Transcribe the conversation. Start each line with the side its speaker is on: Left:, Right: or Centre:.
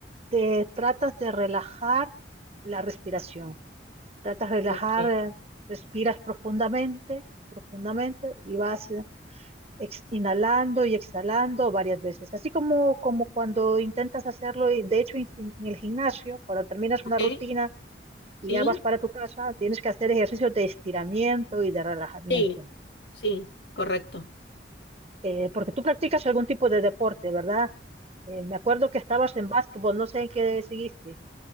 Right: te tratas de relajar la respiración tratas de relajar,
Left: ok,
Right: eh, respiras profundamente, profundamente y vas eh, ex- inhalando y exhalando varias veces, así como, como cuando intentas hacerlo, y de hecho, en, en- en el gimnasio, cuando terminas
Left: ok,
Right: una rutina y
Left: sí,
Right: ya vas para tu casa, tienes que hacer ejercicios de estiramiento y de relajamiento,
Left: sí, sí, correcto.
Right: Eh, porque tú practicas algún tipo de deporte, ¿verdad? Eh, me acuerdo que estabas en básquetbol, no sé en qué seguiste.